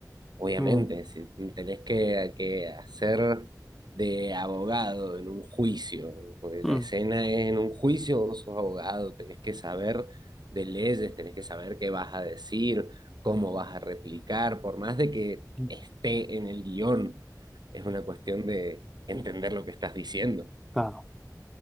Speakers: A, on the right (about 75°); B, in the centre.
A: Obviamente,
B: Mm,
A: si tenés que, que hacer de abogado en un juicio, porque
B: mm,
A: la escena es en un juicio, vos sos abogado, tenés que saber de leyes, tenés que saber qué vas a decir, cómo vas a replicar, por más de que
B: mm.
A: esté en el guión, es una cuestión de entender lo que estás diciendo
B: Claro,